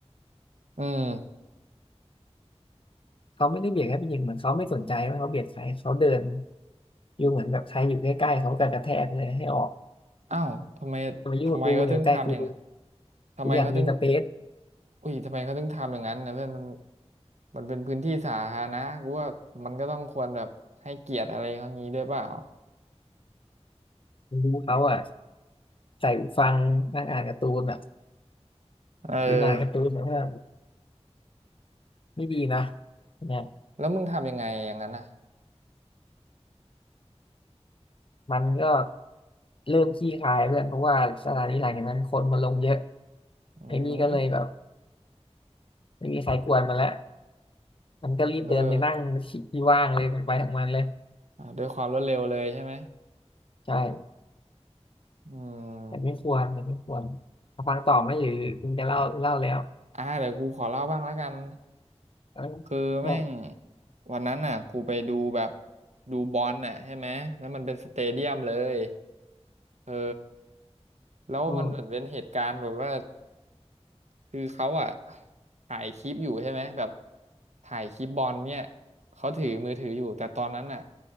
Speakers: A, on the right (about 85°); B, on the left (about 50°).
A: อืม
B: เขาไม่ได้เบียดแค่ผู้หญิงเหมือนเขาไม่สนใจว่าเขาเบียดใครเขาเดินอยู่เหมือนแบบใครอยู่ใกล้ๆเขากระกระแทกเลยให้ออก
A: อ้าวทำไม
B: อย่ามายุ่งกับกูอย่ามาใกล้กู
A: ทำไมก็ถึงทำอย่างทำไมเขาถึง
B: กูอยากมีสเปซ
A: อุ้ยทำไมเขาถึงทำอย่างนั้นนะเพื่อนมันมันเป็นพื้นที่สาธารณะกูว่ามันก็ต้องควรแบบให้เกียรติอะไรเขางี้ด้วยเปล่า
B: ดูเขาอ่ะใส่หูฟังนั่งอ่านการ์ตูนแบบ
A: เออ
B: หรืออ่านการ์ตูนแบบว่าไม่ดีนะนะ
A: แล้วมึงทำยังไงอย่างนั้นน่ะ
B: มันก็เริ่มขี้คายเพื่อนเพราะว่าสถานทีหลังจากนั้นคนมาลงเยอะ
A: อืม
B: ไอ้นี่ก็เลยแบบไม่มีใครกวนมันแล้วมันก็รีบเดินไปนั่ง
A: เออ
B: ที่ว่างเลยมันไปของมันเลย
A: อ่ะด้วยความรวดเร็วเลยใช่ไหม
B: ใช่
A: อืม
B: แต่ไม่ควรแต่ไม่ควรเอาฟังต่อไหมหรือคุณจะเล่าเล่าแล้ว
A: อ่าเดี๋ยวกูขอเล่าบ้างแล้วกัน
B: เออ
A: คือแม่ง
B: ก็
A: วันนั้นน่ะกูไปดูแบบดูบอลน่ะใช่ไหมแล้วมันเป็นสเตเดียมเลยเออแล้วมันเหมือนเป็นเหตุการณ์แบบว่า
B: อืม
A: คือเขาอ่ะถ่ายคลิปอยู่ใช่ไหมแบบถ่ายคลิปบอลเนี่ยเขาถือมือถืออยู่แต่ตอนนั้นอ่ะ